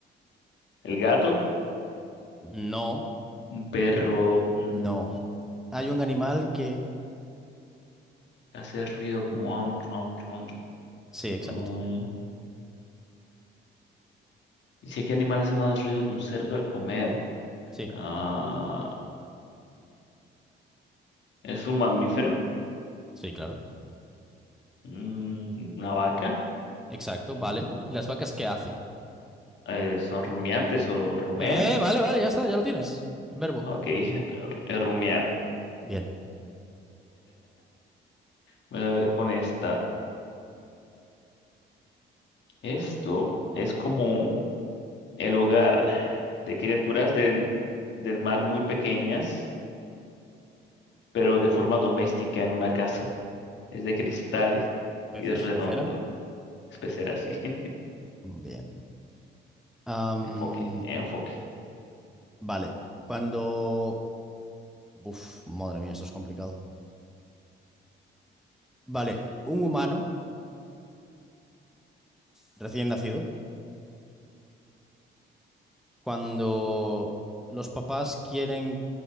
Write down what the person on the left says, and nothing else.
el gato.
Un perro. mm,
hace ruido como... am, am, am, am.
Ah, ¿y si qué animal hace más ruido que un cerdo al comer?
Ah, ¿es un mamífero?
Mm, ¿Una vaca?
Un-
eh, ¿son rumiantes o rumean?
Ok, <laughs> eh, rumiar.
Voy a ver con esta. Esto es como el hogar de criaturas del, del mar muy pequeñas, pero de forma doméstica en una casa. Es de cristal
y es redondo.
Es pecera así. <laughs>
Enfoque, enfoque.